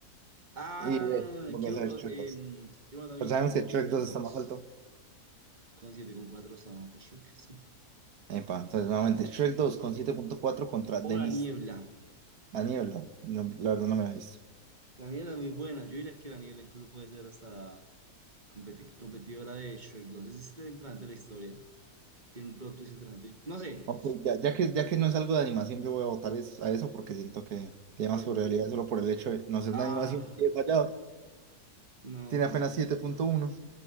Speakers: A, on the right; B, on the right.
A: Ah,
B: Y ve, volvés
A: quiero,
B: a ver Shrek
A: eh,
B: 2.
A: em, quiero matar a
B: Pero
A: mi jefe
B: sabemos que
A: o
B: Shrek
A: Shrek
B: 2
A: dos
B: está más alto.
A: Con siete, con cuatro estamos a Shrek, sí.
B: Epa, entonces nuevamente Shrek dos con siete punto cuatro contra Denis
A: O la niebla.
B: La Niebla. No, la verdad no me la he visto.
A: La niebla es muy buena. Yo diría que la niebla incluso puede ser hasta competi- competidora de Shrek 2. Es este interesante la historia. Tiene un plot twist interesante. No sé.
B: Ok, ya, ya que, ya que no es algo de animación, yo voy a votar es- a eso porque siento que tiene
A: Bueno.
B: más probabilidades solo por el hecho de no ser
A: Ah,
B: de animación y he fallado.
A: no.
B: Tiene apenas siete punto uno,